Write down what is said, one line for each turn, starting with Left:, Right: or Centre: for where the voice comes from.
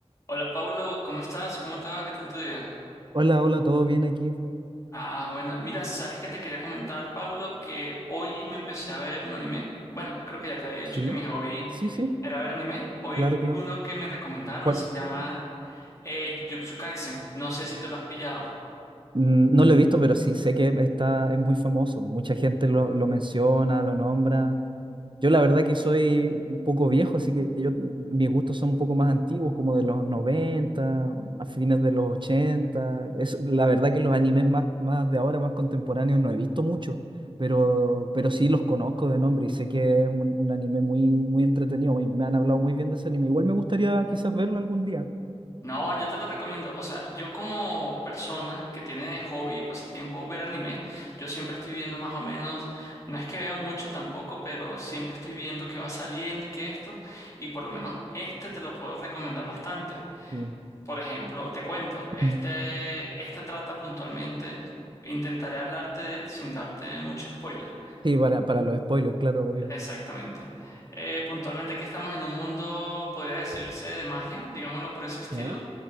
Left: Hola Paulo, ¿cómo estás? ¿Cómo te va? ¿Qué tal tu día?
Right: Hola, hola, ¿todo bien aquí?
Left: Ah, bueno, mira, sabes que te quería comentar, Paulo, que hoy me empecé a ver un anime. Bueno, creo que ya te había dicho
Right: Sí,
Left: que mi hobby
Right: sí, sí,
Left: era ver anime. Hoy
Right: claro, claro.
Left: uno que me recomendaron
Right: ¿Cuál?
Left: se llama eh, Jujutsu Kaisen. No sé si te lo has pillado.
Right: Mm, No lo he visto, pero sí sé que está, es muy famoso. Mucha gente lo, lo menciona, lo nombra. Yo la verdad que soy un poco viejo, así que yo, mis gustos son un poco más antiguos, como de los 90 a fines de los ochenta Es, la verdad que los animes más, más de ahora, más contemporáneos, no he visto mucho, pero, pero sí los conozco de nombre y sé que es un, un anime muy, muy entretenido. Me, me han hablado muy bien de ese anime. Igual me gustaría quizás verlo algún día.
Left: No, yo te lo recomiendo. O sea, yo como persona que tiene de hobby y pasatiempo ver anime, yo siempre estoy viendo más o menos, no es que vea mucho tampoco, pero siempre estoy viendo qué va saliendo y qué esto, y por lo menos este te lo puedo recomendar bastante.
Right: Sí,
Left: Por ejemplo, te cuento, este,
Right: Mm.
Left: este trata puntualmente, intentaré hablarte de él sin darte mucho spoiler.
Right: Sí, para, para los spoilers, claro, obvio.
Left: Exactamente. Eh, puntualmente que estamos en un mundo, podría decirse, de magia, digámoslo por ese estilo
Right: ¿Ya?